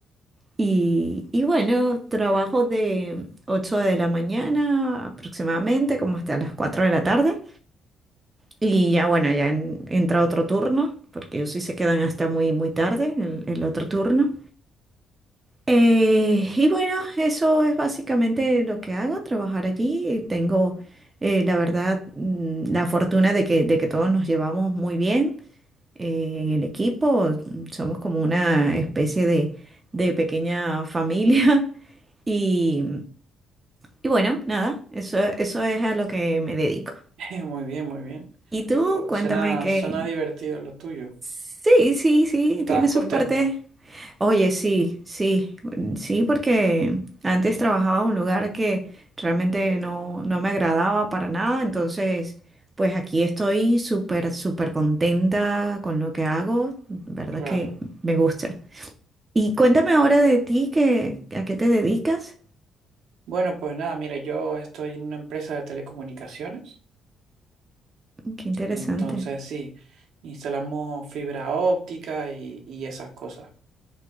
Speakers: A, on the right; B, on the right.
A: Y, y bueno, trabajo de 8 de la mañana aproximadamente, como hasta las 4 de la tarde. Y ya bueno, ya en- entra otro turno, porque ellos sí se quedan hasta muy, muy tarde, el, el otro turno. Eh, y bueno, eso es básicamente lo que hago, trabajar allí. eh, Tengo, eh, la verdad, mm, la fortuna de que, de que todos nos llevamos muy bien eh, en el equipo. Somos como una especie de, de pequeña familia. <laughs> Y, y bueno, nada, eso, eso es a lo que me dedico.
B: <laughs> muy bien, muy bien.
A: ¿Y tú?
B: Oh,
A: Cuéntame
B: Suena,
A: qué,
B: suena divertido lo tuyo.
A: Sí, sí, sí,
B: ¿Estabas
A: tiene
B: contenta?
A: sus partes. Oye, sí, sí, mm, sí, porque antes trabajaba en un lugar que realmente no, no me agradaba para nada, entonces, pues aquí estoy súper, súper contenta con lo que hago, verdad
B: Claro.
A: que me gusta. Y cuéntame ahora de ti, que, ¿a qué te dedicas?
B: Bueno, pues nada, mira, yo estoy en una empresa de telecomunicaciones,
A: Qué interesante.
B: entonces sí, instalamos fibra óptica y, y esas cosas.